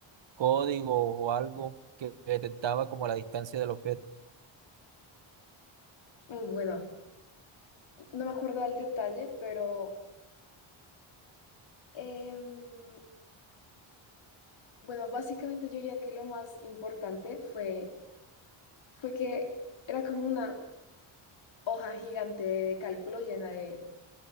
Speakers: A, on the right; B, on the left.
A: código o algo que detectaba como la distancia del objeto.
B: Muy bueno, no me acuerdo al detalle, pero... em, Bueno, básicamente yo diría que lo más importante fue, fue que era como una hoja gigante de cálculo llena de